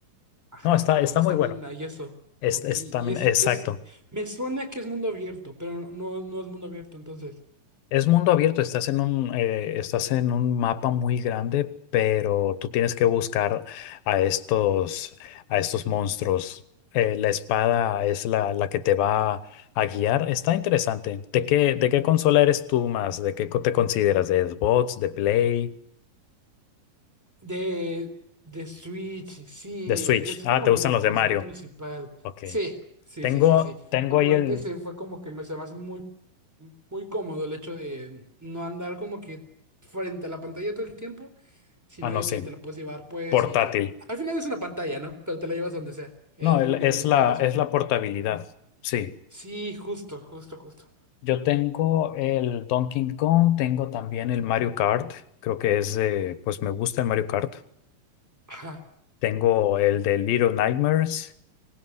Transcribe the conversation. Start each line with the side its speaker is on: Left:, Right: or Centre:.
Centre: Ajá,
Left: No, está,
Centre: como
Left: está
Centre: la estamina
Left: muy bueno.
Centre: y eso.
Left: Es,
Centre: Ok,
Left: es
Centre: y
Left: también,
Centre: es,
Left: exacto.
Centre: es. Me suena que es mundo abierto, pero no, no no es mundo abierto, entonces.
Left: Es mundo abierto, estás en un, eh, estás en un mapa muy grande, pero tú tienes que buscar a estos, a estos monstruos. Eh, la espada es la, la que te va a guiar. Está interesante. ¿De qué, de qué consola eres tú más? ¿De qué co- te consideras? ¿De Xbox, de Play,
Centre: De, de Switch, sí,
Left: de Switch?
Centre: es
Left: Ah,
Centre: como
Left: te
Centre: que
Left: gustan
Centre: mi
Left: los
Centre: consola
Left: de Mario.
Centre: principal.
Left: Ok.
Centre: Sí, sí,
Left: Tengo,
Centre: sí, sí, sí.
Left: tengo
Centre: Aparte,
Left: ahí el,
Centre: se fue como que me se me hace muy, muy cómodo el hecho de no andar como que frente a la pantalla todo el tiempo, sino
Left: ah, no
Centre: de
Left: sé,
Centre: que te la puedes llevar, pues,
Left: portátil.
Centre: y al final es una pantalla, ¿no? Pero te la llevas donde sea. Es
Left: No, el-
Centre: lo que
Left: es
Centre: me gustó
Left: la,
Centre: de la Switch.
Left: es la portabilidad. Sí.
Centre: Sí, justo, justo, justo.
Left: Yo tengo el Donkey Kong, tengo también el Mario Kart, creo que es, eh, pues me gusta el Mario Kart.
Centre: Ajá.
Left: Tengo el de Little Nightmares,